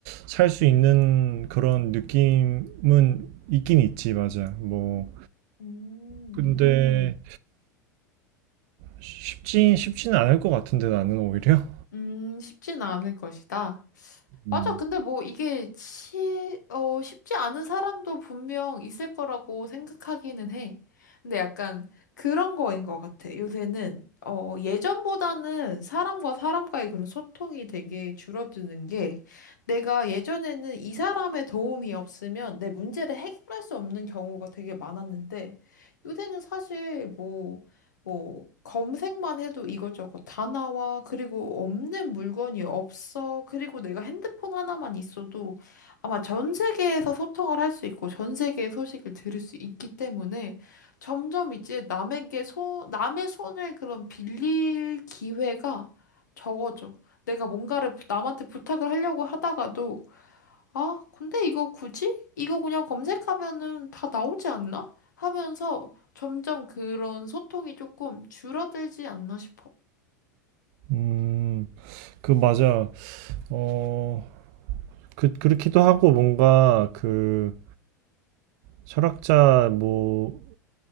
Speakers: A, on the right (about 50°); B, on the left (about 75°).
A: 살 수 있는 그런 느낌은 있긴 있지, 맞아. 뭐,
B: 음.
A: 근데, 쉽지 쉽지는 않을 것 같은데 나는 오히려
B: 음, 쉽지는 않을 것이다.
A: 음,
B: 맞아. 근데 뭐 이게 치, 어, 쉽지 않은 사람도 분명 있을 거라고 생각하기는 해. 근데 약간 그런 거인 것 같아. 요새는, 어, 예전보다는 사람과 사람과의 그런 소통이 되게 줄어드는 게 내가 예전에는 이 사람의 도움이 없으면 내 문제를 해결할 수 없는 경우가 되게 많았는데 요새는 사실 뭐 뭐 검색만 해도 이것저것 다 나와. 그리고 없는 물건이 없어. 그리고 내가 핸드폰 하나만 있어도 아마 전 세계에서 소통을 할 수 있고 전 세계의 소식을 들을 수 있기 때문에 점점 이제 남에게 소 남의 손을 그런 빌릴 기회가 적어져. 내가 뭔가를 부- 남한테 부탁을 하려고 하다가도 아, 근데 이거 굳이? 이거 그냥 검색하면은 다 나오지 않나? 하면서 점점 그런 소통이 조금 줄어들지 않나 싶어.
A: 음, 그 맞아. 어, 그 그렇기도 하고 뭔가 그 철학자 뭐